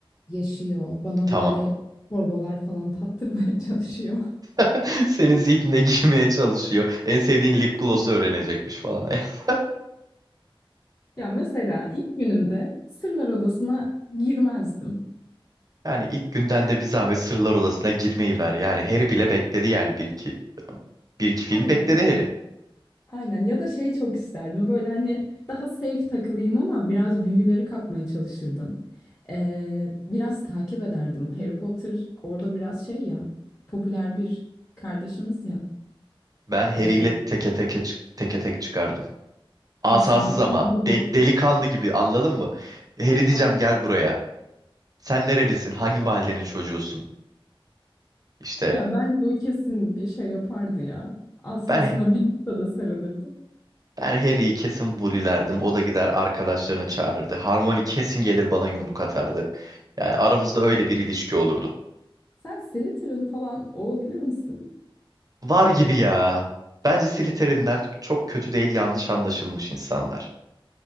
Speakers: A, on the left; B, on the right.
A: yaşıyor bana
B: Tamam.
A: böyle torbalar falan tattırmaya <laughs> çalışıyor
B: <laughs> Senin zihnine girmeye çalışıyor. En sevdiğin lip gloss'u
A: Aynen.
B: öğrenecekmiş falan. <laughs>
A: ya mesela ilk günümde Sırlar Odası'na girmezdim
B: Yani ilk günden de bir zahmet Sırlar Odası'na girmeyi ver. Yani Harry bile bekledi yani bir iki bir iki film
A: Aynen.
B: bekledi Harry.
A: Aynen ya da şey çok isterdim böyle hani daha safe takılayım ama biraz büyüleri kapmaya çalışırdım. Ee, biraz takip ederdim. Harry Potter orada biraz şey ya popüler bir kardeşimiz ya.
B: Ben Harry
A: Ee,
B: ile teke teke çık- teke tek çıkardım. Asasız
A: kesinlikle.
B: ama
A: <laughs>
B: del- delikanlı gibi anladın mı? Harry diyeceğim
A: Aa.
B: gel buraya. Sen nerelisin? Hangi mahallenin çocuğusun? İşte
A: Ya bence o kesin bir şey yapardı ya. Asasına
B: ben
A: bir noktada sarılırdı.
B: ben Harry'yi kesin bulilerdim. O da gider arkadaşlarını çağırırdı. Harmony kesin gelir bana yumruk atardı. Yani aramızda öyle bir ilişki olurdu.
A: Sen Slytherin falan olabilir misin?
B: Var gibi ya. Bence Slytherin'ler çok kötü değil yanlış anlaşılmış insanlar.